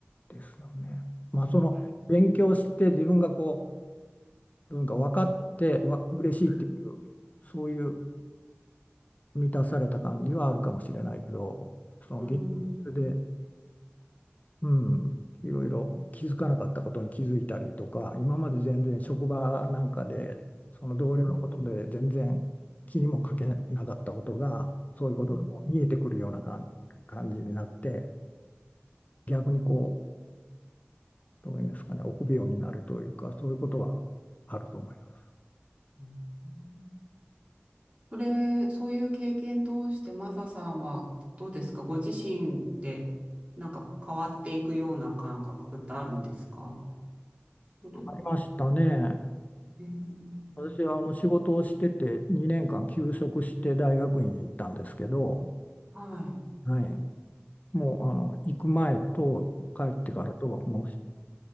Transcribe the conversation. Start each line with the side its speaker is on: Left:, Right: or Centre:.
Left: ですよね。まあ、その、
Right: え
Left: 勉強して自分がこう、どうにか分かって、わ、嬉しいっていう、
Right: はい
Left: そういう満たされた感じはあるかもしれないけど、その現実で
Right: うん、うん、
Left: うん、いろいろ気づかなかったことに気づいたりとか、今まで全然職場なんかで、その同僚のことで全然気にもかけなかったことが、
Right: うん。
Left: そういうことがこう見えてくるような感感じになって、
Right: うん
Left: 逆にこう、どういうんですかね、臆病になるというか、そういうことはあると思います。
Right: うんそれ、そういう経験通して、マサさんはどうですかご自身って、なんか変わっていくような感覚ってあるんですかそれ。
Left: ありましたね。
Right: えー
Left: 私はあの仕事をしてて2年間休職して大学院に行ったんですけど、
Right: はい。
Left: はい、もうあの行く前と帰ってからともう